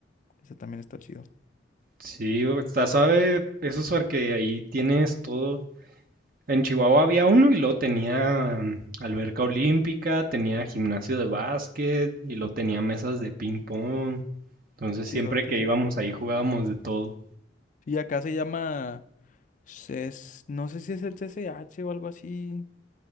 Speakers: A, on the left (about 45°); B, on the right (about 50°).
A: Ese también está chido.
B: Sí, o- está suave eso es porque ahí tienes todo. En Chihuahua había uno y luego tenía mm, alberca olímpica, tenía gimnasio de básquet y luego tenía mesas de ping pong. Entonces
A: Chidote
B: siempre que
A: eso.
B: íbamos ahí jugábamos de todo.
A: Sí, acá se llama CES, no sé si es el CCH o algo así.